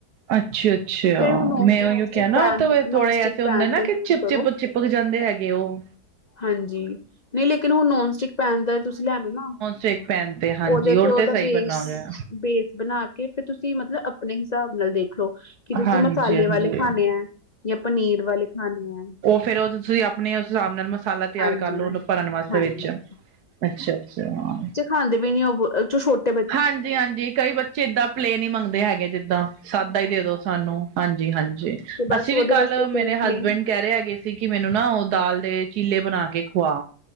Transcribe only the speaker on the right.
ਅੱਛਾ ਅੱਛਾ
ਮੈਂ
ਉਹੀ
ਕਿਹਾ ਨਾ
ਉਹ ਤਾਂ
ਥੋੜੇ
ਐਸੇ
ਹੁੰਦੇ ਨਾ
ਕਿ ਚਿਪ
ਚਿਪਿ। ਚਿਪਕ ਜਾਂਦੇ ਹੈਗੇ ਉਹ।
ਸਕ ਪੈਨ <unintelligible>
ਉਹ
ਸਹੀ
ਬਣਾ ਗਿਆ
ਹਾਂਜੀ
ਹਾਂਜੀ
ਫਿਰ ਉਹ ਤੁਸੀਂ ਆਪਣੇ ਉਸ ਹਿਸਾਬ ਨਾਲ ਮਸਾਲਾ ਤਿਆਰ
ਕਰਲੋ ਉਹਨੂੰ ਭਰਨ ਵਾਸਤੇ
ਵਿੱਚ ਅੱਛਾ ਅੱਛਾ
ਹਾਂਜੀ ਹਾਂਜੀ ਕਈ ਬੱਚੇ ਏਦਾਂ ਪਲੇਨ ਹੀ ਮੰਗਦੇ ਹੈਗੇ ਜਿੱਦਾਂ ਸਾਦਾ ਹੀ ਦੇ ਦੋ ਸਾਨੂੰ ਹਾਂਜੀ ਹਾਂਜੀ
ਅਸੀਂ
ਵੀ ਕੱਲ
ਮੇਰੇ
ਹਸਬੈਂਡ ਕਹਿ ਰਹੇ ਹੈਗੇ ਸੀ ਕਿ ਮੈਨੂੰ ਨਾ ਉਹ ਦਾਲ ਦੇ ਚੀਲੇ ਬਣਾ ਕੇ ਖਵਾ